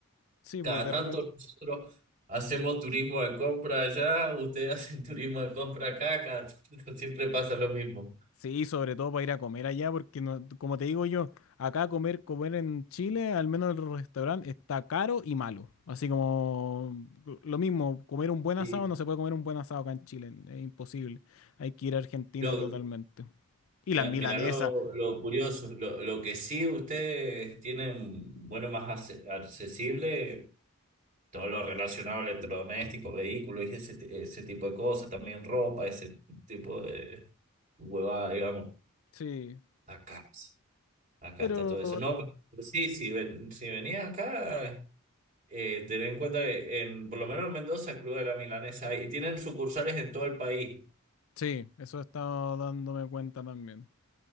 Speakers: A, on the left (about 70°); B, on the right (about 35°).
A: Sí,
B: Cada
A: pues de
B: tanto
A: repente.
B: nosotros hacemos turismo de compra allá, ustedes <laughs> hacen turismo de compra acá, cada tanto <laughs> siempre pasa lo mismo.
A: Sí, sobre todo para ir a comer allá, porque no- como te digo yo, acá comer, comer en Chile, al menos el restaurante, está caro y malo. Así como lo mismo, comer un buen asado,
B: Sí.
A: no se puede comer un buen asado acá en Chile, es imposible. Hay que ir a Argentina
B: Lo,
A: totalmente. Y
B: mira,
A: las milanesas
B: mira lo, lo curioso, lo, lo que sí ustedes tienen, bueno, más ace- accesible, todo lo relacionado a electrodomésticos, vehículos y ese, ti- ese tipo de cosas, también ropa, ese tipo de huevada, digamos.
A: Sí,
B: Acá, acá
A: pero
B: está todo eso. No, pero sí, si, ven, si venías acá. Eh, tener en cuenta que en, por lo menos en Mendoza, Club de la Milanesa hay, y tienen sucursales en todo el país.
A: sí, eso he estado dándome cuenta también.